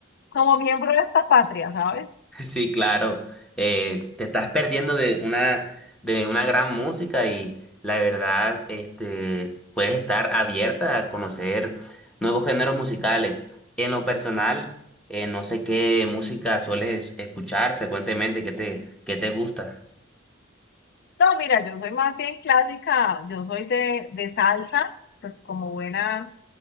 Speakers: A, on the left (about 55°); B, in the centre.
A: como miembro de esta patria, ¿sabes?
B: <laughs> Sí, claro. Eh, te estás perdiendo de una, de una gran música y la verdad, este, puedes estar abierta a conocer nuevos géneros musicales. En lo personal, eh, no sé qué música sueles escuchar frecuentemente, qué te, qué te gusta.
A: No, mira, yo soy más bien clásica, yo soy de, de salsa, pues como buena,